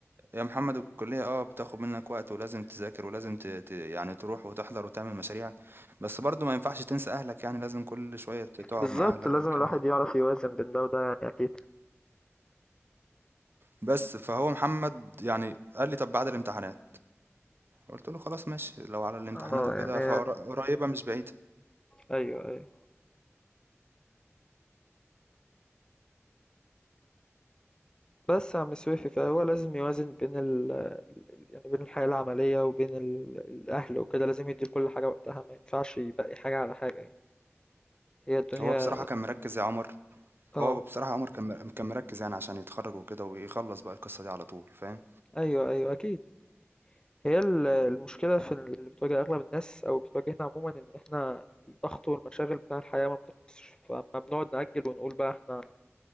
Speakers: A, on the right; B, on the left.
A: يا محمد الكلية اه بتاخد منك وقت ولازم تذاكر ولازم ت... ت... يعني تروح وتحضر وتعمل مشاريعك بس برضه ما ينفعش تنسى أهلك يعني لازم كل شوية تقعد
B: بالظبط
A: مع أهلك
B: لازم
A: والكلام
B: الواحد
A: ده
B: يعرف يوازن بين ده وده يعني اكيد
A: بس فهو محمد يعني قال لي طب بعد الامتحانات قلت له خلاص ماشي لو على الامتحانات
B: اه
A: وكده
B: يعني
A: فقريبة مش بعيدة
B: ايوه ايوه بس يا عم سويفي فهو لازم يوازن بين ال ال- يعني بين الحياة العملية وبين ال... الأهل وكده لازم يدي لكل حاجة وقتها ما ينفعش يبقي حاجة على حاجة يعني هي الدنيا
A: هو بصراحة كان مركز يا عمر
B: اه
A: هو بصراحة عمر كان مر- كان مركز يعني عشان يتخرج وكده ويخلص بقى القصة دي على طول فاهم
B: ايوه ايوه اكيد هي ال- المشكلة في ال- اللي بتواجه أغلب الناس أو بتواجهنا عموما إن إحنا الضغط والمشاغل بتاع الحياة ما بتخلصش فما بنقعد نأجل ونقول بقى إحنا